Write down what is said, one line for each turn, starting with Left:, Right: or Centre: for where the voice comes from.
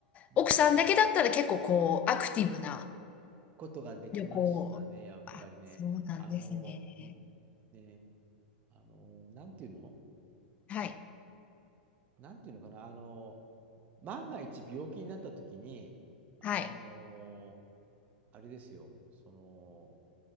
Right: うん。
Left: 奥さんだけだったら結構こう、アクティブな
Right: ことができましたね、
Left: 旅行。
Right: やっぱりね。
Left: あ、そうなんですね。
Right: あの、ね、あの、なんていうの
Left: はい。
Right: なんていうのかな、あの、万が一病気になった時に、あの、
Left: はい。
Right: あれですよ、その、